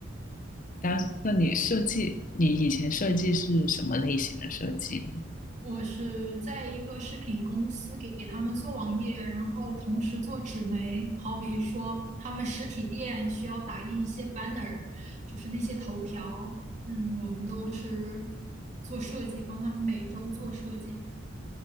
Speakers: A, on the left; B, on the right.
A: 但那你设计，你以前设计是什么类型的设计呢？
B: 我是在一个食品公司给他们做网页，然后同时做纸媒，好比说他们实体店需要打印一些 banner，就是那些头条，嗯，我们都是做设计，帮他们每周做设计，